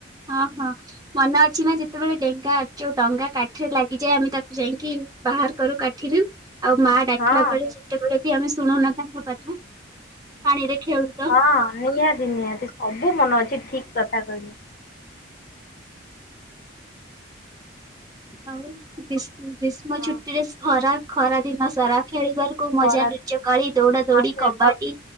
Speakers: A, on the right; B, on the left.
A: ହଁ ହଁ। ମନେ ଅଛି ନା ଯେତେବେଳେ ଡେଙ୍ଗା ଯୋଉ ଡଙ୍ଗା କାଠିରେ ଲାଗିଯାଏ ଆମେ ତାକୁ ଯାଇକି ବାହାର କରୁ କାଠିରୁ। ଆଉ ମାଆ ଡାକିଲା
B: ହଁ
A: ବେଳେ ସେତେବେଳେ ବି ଆମେ ଶୁଣୁନା ତାଙ୍କ କଥା, ପାଣିରେ ଖେଳୁ ତ
B: ହଁ ନିହାତି ନିହାତି ସବୁ ମନେ ଅଛି, ଠିକ କଥା କହିଲୁ।
A: ଆଉ ଗ୍ରୀଷ୍ ଗ୍ରୀଷ୍ମ
B: ହଁ
A: ଛୁଟିରେ ଖରା ଖରା ଦିନ ସାରା ଖେଳିବାର କୁ
B: ଖରା
A: ମଜା ଲୁଚ କାଳି, ଦୌଡା ଦୌଡି
B: ହଁ ସେ
A: କବାଡି।
B: କ